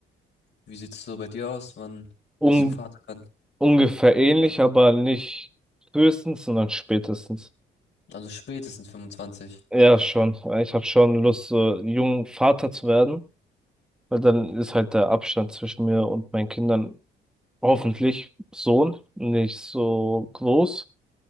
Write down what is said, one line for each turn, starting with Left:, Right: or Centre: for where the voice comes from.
Left: Wie sieht's so bei dir aus? Wann
Centre: Un
Left: willst du Vater werden?
Centre: ungefähr ähnlich, aber nicht frühestens, sondern spätestens.
Left: Also spätestens 25.
Centre: Ja, schon. Ich habe schon Lust, so jung Vater zu werden, weil dann ist halt der Abstand zwischen mir und meinen Kindern hoffentlich Sohn nicht so groß.